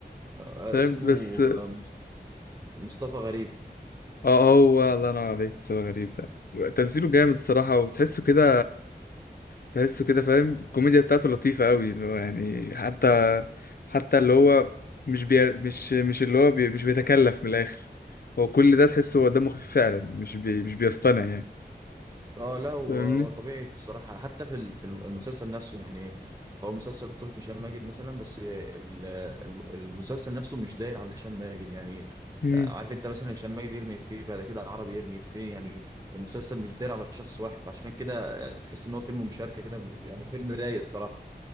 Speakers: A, on the right; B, on the left.
A: آه،
B: فاهم
A: اسمه
B: بس
A: مم. آه، مص- مصطفى غريب
B: اه هو الله ينور عليك بس هو غريب ده تمثيله جامد الصراحه وتحسه كده تحسه كده فاهم الكوميديا بتاعته لطيفه قوي اللي هو يعني حتى حتى اللي هو مش بي... مش مش اللي هو بي... مش بيتكلف من الاخر هو كل ده تحسه هو دمه خفيف فعلا مش بي... مش بيصطنع يعني
A: اه لا هو
B: فاهمني
A: هو طبيعي في الصراحه حتى في ال- في المسلسل نفسه يعني هو مسلسل بطولة هشام ماجد مثلا بس ال- ال- المسلسل نفسه مش داير على هشام ماجد يعني
B: امم
A: آه، عارف انت مثلا هشام ماجد يرمي فيه بعد كده عربي يرمي فيه يعني المسلسل مش داير على شخص واحد فعشان كده تحس ان هو فيلم مشاركة كده يعني فيلم رايق الصراحة